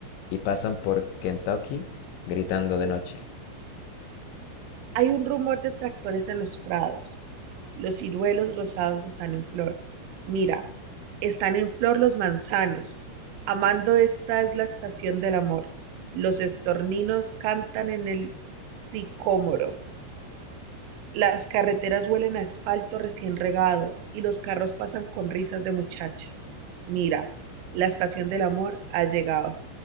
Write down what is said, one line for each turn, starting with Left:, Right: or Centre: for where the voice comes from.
Left: y pasan por Kentucky gritando de noche.
Right: Hay un rumor de tractores en los prados Los ciruelos rosados están en flor. Mira, están en flor los manzanos. Amando esta es la estación del amor. Los estorninos cantan en el sicómoro. Las carreteras huelen a asfalto recién regado y los carros pasan con risas de muchachas. Mira, la estación del amor ha llegado.